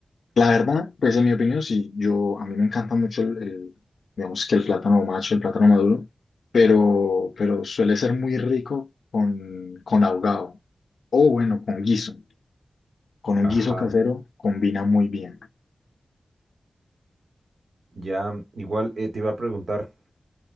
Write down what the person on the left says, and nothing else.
La verdad, pues en mi opinión, sí, yo, a mí me encanta mucho el, el, digamos que el plátano macho, el plátano maduro, pero, pero suele ser muy rico con, con ahogado o bueno, con guiso. Con un guiso
casero combina muy bien.